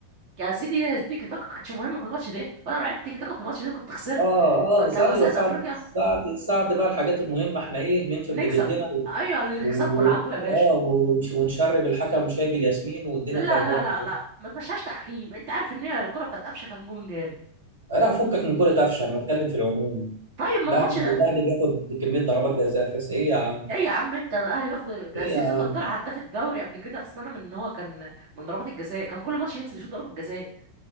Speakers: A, on the right (about 45°); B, on the right (about 80°).
A: يا سيدي التيكي تاكا كانتش مهمه في الماتش ده وانا لو لعبت تيكي تاكا في الماتش ده كنت خسرت
B: اه
A: كنت
B: اه
A: هبقى
B: ايوه
A: سيد
B: ساعة
A: افريقيا
B: ساعة ساعة بقى الحاجات المهمة احنا ايه ننفذ
A: نكسب
B: بجلدنا و...
A: ايوه اللي
B: و...
A: تكسبه العبه يا باشا
B: اه ونش- ونشرب الحكم شاي بالياسمين والدنيا
A: لا
B: خربانة
A: لا لا لا ما تمشيهاش تحكيم انت عارف ان هي الكره بتاعت قفشه كان جون جامد
B: لا فكك من كرة قفشة انا بتكلم في العموم
A: طيب
B: الاهلي
A: ما الماتش ده
B: الاهلي بياخد كمية ضربات جزاء تحس ايه يا عم
A: ايه يا عم انت الاهلي بياخد ده
B: إيه
A: زيزو
B: يا-
A: كان طلع هداف الدوري قبل كده في السنه من ان هو كان من ضربات الجزاء كان كل ماتش ينزل يشوط ضربه جزاء